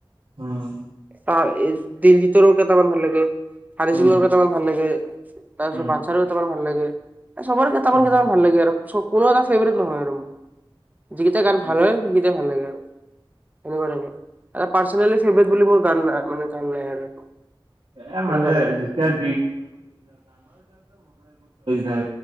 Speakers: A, on the right (about 75°); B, on the right (about 20°).
A: উম।
B: অ এই দিলজিতৰো কেইটামান ভাল লাগে, হানিচিঙৰো
A: উম
B: কেইটামান ভাল লাগে, তাৰপিছত
A: উম
B: বাদচাৰো কেইটামান ভাল লাগে, এ চবৰে কেইটামান
A: উম
B: কেইটামান ভাল লাগে আৰু চ কোনো এটা ফেভৰেট নহয় আৰু মোৰ। যিকেইটা গান
A: উম।
B: ভাল হয় সেইকেইটাই ভাল লাগে আৰু <unintelligible> পৰ্চেনেলি ফেভট বুলি মোৰ গান নাই মানে গান নাই আৰু
A: এ মানে
B: <unintelligible>
A: <unintelligible> চইচ নাই।